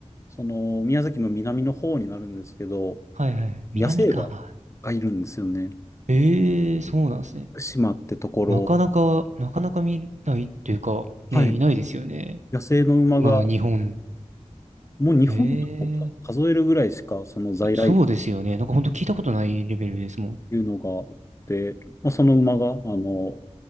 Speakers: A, on the left; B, on the right.
A: その、宮崎の南の方になるんですけど、
B: いはい。南か。
A: 野生馬がいるんですよね。
B: ええそうなんですね。
A: 島ってところ、
B: なかなか、なかなか見ないっていうか、
A: はい、
B: ね、いないですよね。
A: 野生の馬が、
B: 今の日本。
A: もう日本を数えるぐらいしか、
B: ええ
A: その在来種っ
B: そうですよね。なんか本当聞いたことないレベルですもん。
A: ていうのがあって、まあ、その馬が、あの、